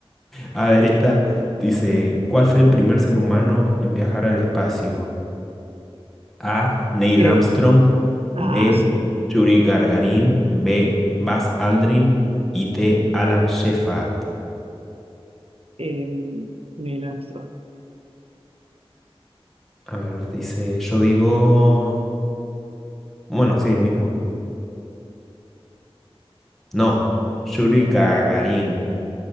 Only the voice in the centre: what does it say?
A ver, esta dice, ¿cuál fue el primer ser humano en viajar al espacio? A. Neil
Armstrong.
B.
Yuri Gagarin. B. Buzz Aldrin. Y D. Alan Shepard.
A ver, dice, yo digo... Bueno, sí, el mismo. No, Yuri Gagarin.